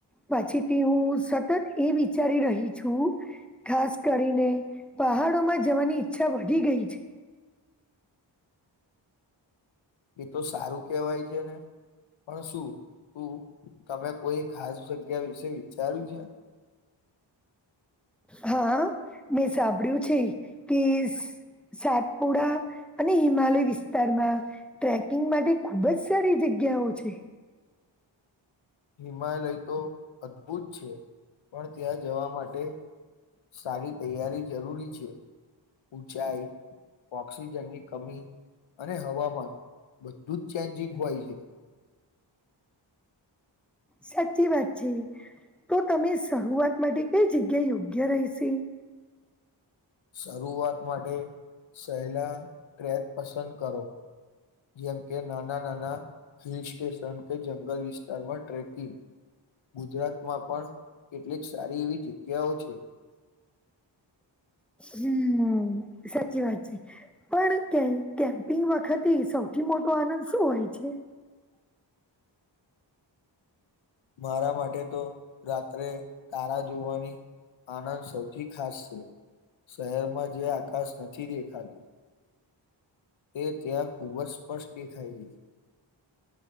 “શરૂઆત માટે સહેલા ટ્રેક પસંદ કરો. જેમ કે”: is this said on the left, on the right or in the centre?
Left